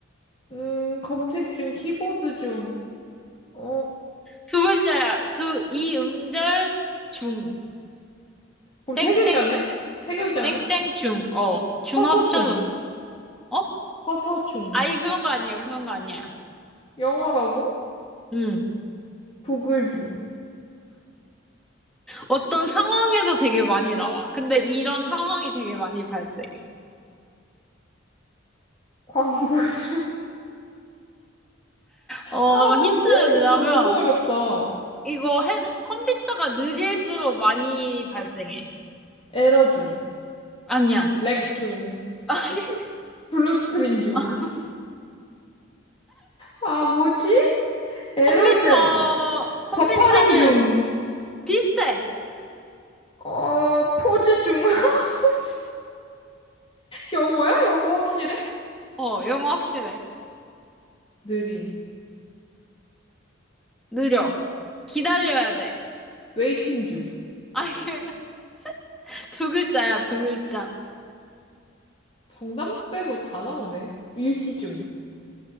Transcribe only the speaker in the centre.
두 글자야. 두, 이 음절 중.
땡땡,
중.
땡땡 중. 어. 중
합쳐서,
어?
아이, 그런 거 아니야. 그런 거 아니야.
응.
어떤 상황에서 되게 많이 나와. 근데 이런 상황이 되게 많이 발생해.
어,
힌트를 주자면,
이거 핸, 컴퓨터가 느릴수록 많이 발생해.
아니야.
<laughs>
아니, 아,
컴퓨터,
컴퓨터를
비슷해.
어, 영어 확실해.
느려. 기다려야 돼.
아, 이게 <laughs> 두 글자야, 두 글자.